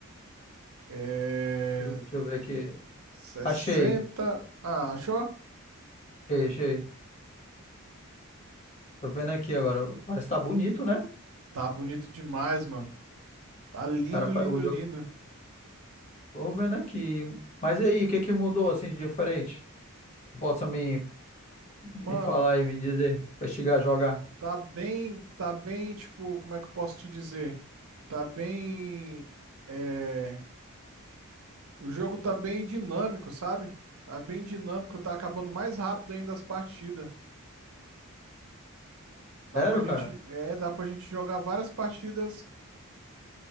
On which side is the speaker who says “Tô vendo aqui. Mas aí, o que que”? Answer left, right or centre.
Left